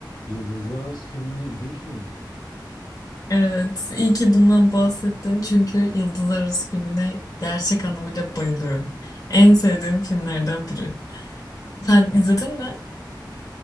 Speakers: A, on the left (about 80°); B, on the left (about 45°).
A: Yıldızlar Arası filmini izlemiş miydin?
B: Evet, iyi ki bundan bahsettin çünkü Yıldızlar Arası filmine gerçek anlamıyla bayılıyorum. En sevdiğim filmlerden biri. Sen izledin mi?